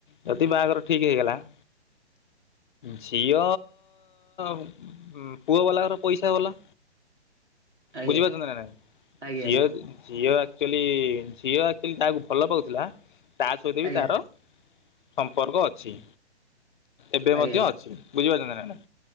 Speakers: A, on the left (about 45°); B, on the right (about 80°).
A: ଯଦି ବାହାଘର ଠିକ୍ ହେଇଗଲା- ଝିଅ ପୁଅ ବାଲା ଘର ପଇସା ବାଲା
B: ଆଜ୍ଞା
A: ବୁଝିପାରୁନ୍ତ ନା ନାଇଁ
B: ଆଜ୍ଞା
A: ଝିଅ ଝିଅ ଆଚୁଆଲି ଝିଅ ଆଚୁଆଲି ଯାହାକୁ ଭଲ ପାଉଥିଲା ତା
B: ଆଜ୍ଞା
A: ସହିତ ବି ତାର
B: ଆଜ୍ଞା
A: ସମ୍ପର୍କ ଅଛି ଏବେ
B: ଆଜ୍ଞା
A: ମଧ୍ୟ ଅଛି ବୁଝିପାରୁଛନ୍ତି ନା ନାଇଁ।